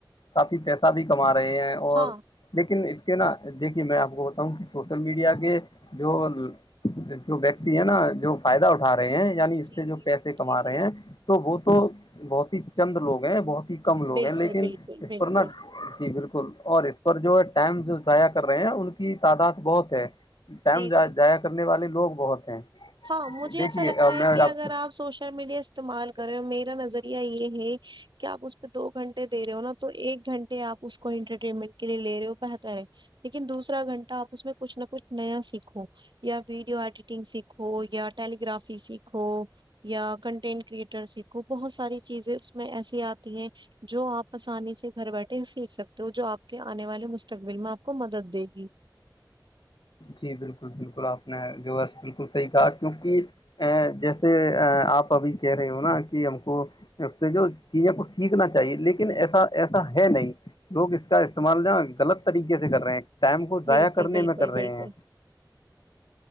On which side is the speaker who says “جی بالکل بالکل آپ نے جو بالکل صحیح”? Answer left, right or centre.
Left